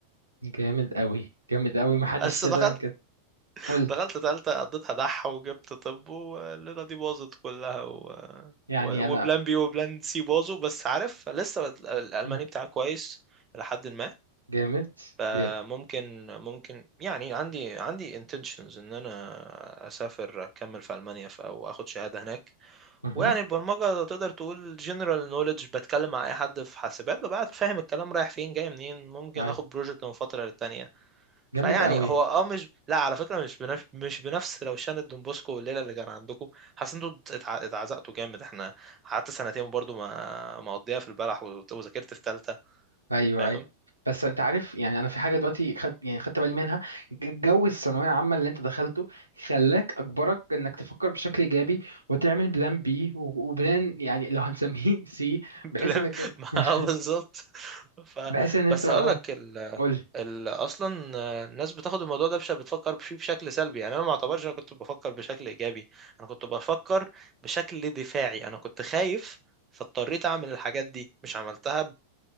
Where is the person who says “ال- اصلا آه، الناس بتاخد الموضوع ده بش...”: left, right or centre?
Right